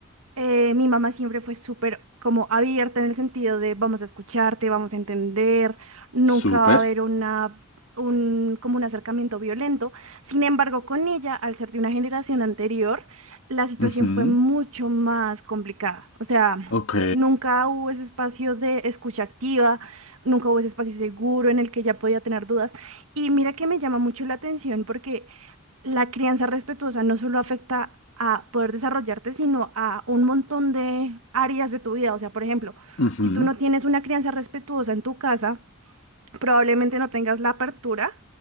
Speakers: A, on the right (about 80°); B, on the left (about 70°).
A: Eh, mi mamá siempre fue súper como abierta en el sentido de vamos a escucharte, vamos a entender, nunca
B: súper.
A: va a haber una, un, como un acercamiento violento. Sin embargo, con ella, al ser de una generación anterior, la situación
B: Ujú,
A: fue mucho más complicada. O sea,
B: Ok,
A: nunca hubo ese espacio de escucha activa, nunca hubo ese espacio seguro en el que ella podía tener dudas. Y mira que me llama mucho la atención porque la crianza respetuosa no solo afecta a poder desarrollarte, sino a un montón de áreas de tu vida. O sea, por ejemplo,
B: ujú,
A: si tú no tienes una crianza respetuosa en tu casa, probablemente no tengas la apertura